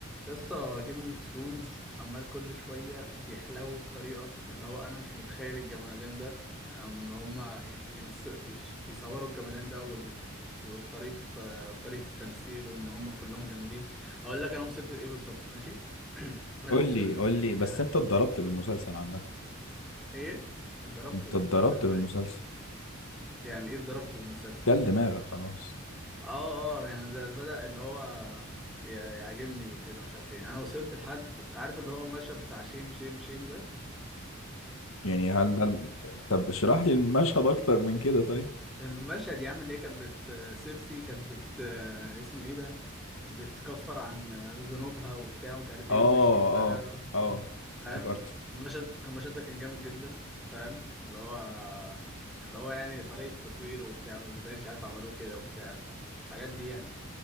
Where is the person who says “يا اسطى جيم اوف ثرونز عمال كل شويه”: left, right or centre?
Centre